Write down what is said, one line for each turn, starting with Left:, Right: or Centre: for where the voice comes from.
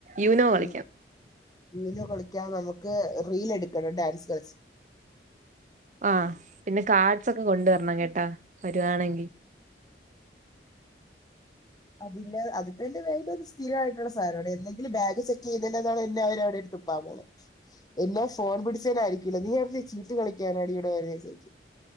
Right: യുനോ
Left: പിന്നെ
Right: കളിക്കാം
Left: യൂനോ കളിക്കാ നമുക്ക് റീൽ എടുക്കണം ഡാൻസ് ക്ലാസ്
Right: ആഹ പിന്നെ കാർഡ്സ് ഒക്കെ കൊണ്ടുവരണം കേട്ടാ വരുവാണെങ്കിൽ
Left: അതില്ല അതിപ്പോ എന്റെ വേല് ഒരു സ്ഥിരമായിയിട്ടുള്ള സാധനംടെ എന്തെങ്കും ബാഗ ചെക്ക് ചെയ്യതിണ്ട എന്നാണ് എന്നെ അവരവിടെ ഇട്ടും എല്ലാ ഫോൺ പിടിച്ചന ആയിരിക്കില്ല നീ നേരത്തെ ചീട്ട് കളിക്കാന അടിയടെ വരുന്നചോദിക്കും.